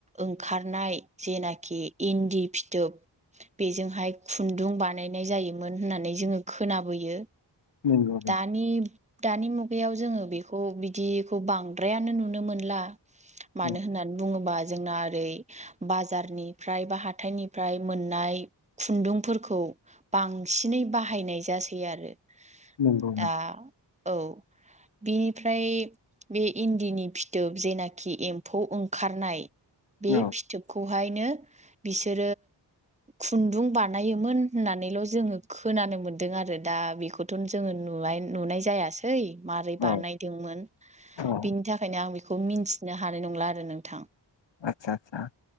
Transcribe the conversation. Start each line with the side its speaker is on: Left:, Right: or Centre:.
Right: ओंखारनाय जेनाखि इन दि फिथोब‌ बेजोंहाय खुन्दुं बानायनाय जायोमोन होननानै जोङो खोनाबोयो।
Left: नंगौ
Right: दानि दानि मु बेयाव जोङो बेखौ बिदिखौ बांद्रायानो नुनो मोनला
Left: नंगौ
Right: मानो होननानै बुङोबा जोंना ओरै बाजारनिफ्राय बा हाथाइनिफ्राय मोननाय खुन्दुंफोरखौ बांसिनै बाहायनाय जासै आरो
Left: नंगौ
Right: दा औ। <inaudible> बिनिफ्राय बे इन्दिनि फिथोब जेनाखि एम्फौ ओंखारनाय
Left: नंगौ
Right: बे
Left: औ
Right: फिथोबखौ बेहायनो बिसो खुन्दुं बानायोमोननानैल' जोङो खोना नानो मोन्दों आरो दा बेखौथ' जोङो नुाय नुनाय जायासै मारोरै बानायदोंमोन।
Left: औ औ
Right: बिनि थाखायनो आं बेखौ मिथिनो हानाय नंला आरो नोंथां।
Left: आतसा आस्सा।